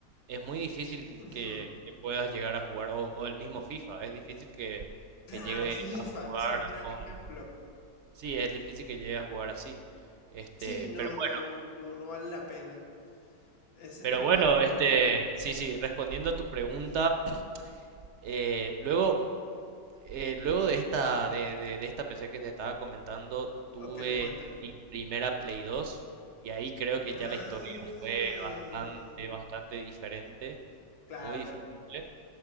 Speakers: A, on the right; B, on the left.
A: es muy difícil
B: Ujú.
A: que, que puedas llegar a jugar, o, o el mismo FIFA, es difícil que,
B: Claro,
A: que llegue
B: FIFA,
A: a jugar
B: ese es un gran
A: con...
B: ejemplo.
A: Sí, es difícil que llegue a jugar así. Este,
B: Sí, no,
A: pero bueno,
B: no, no, no vale la pena. Ese
A: pero
B: tipo
A: bueno,
B: de juegos.
A: este, sí, sí, respondiendo a tu pregunta, <clears throat> eh, luego... eh, luego de esta, de, de- de esta PC que te estaba comentando, tuve
B: Ok, cuéntame.
A: mi primera Play 2 y ahí creo que
B: Ah,
A: ya la historia fue bastante, bastante diferente,
B: claro,
A: muy diferente.